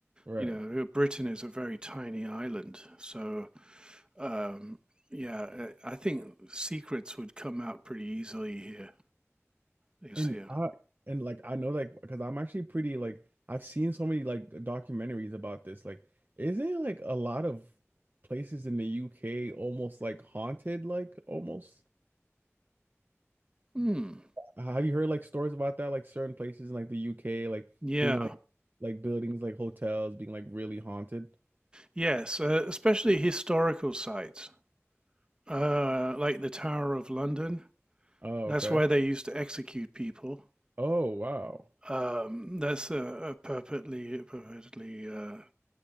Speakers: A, on the right; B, on the right.
A: right
B: You know, Britain is a very tiny island, so Um, yeah, uh, I think secrets would come out pretty easily here, is
A: and
B: here.
A: I and like I know like because I'm actually pretty like I've seen so many like documentaries about this like isn't it, like a lot of places in the UK almost like haunted like almost
B: Hmm.
A: have you heard like stories about that like certain places in like the UK like
B: Yeah.
A: being like like buildings like hotels being like really haunted
B: Yes, uh, especially historical sites, uh, like the Tower of London.
A: oh
B: That's
A: okay
B: where they used to execute people.
A: oh wow
B: Um, that's uh, uh, purportedly, purportedly uh,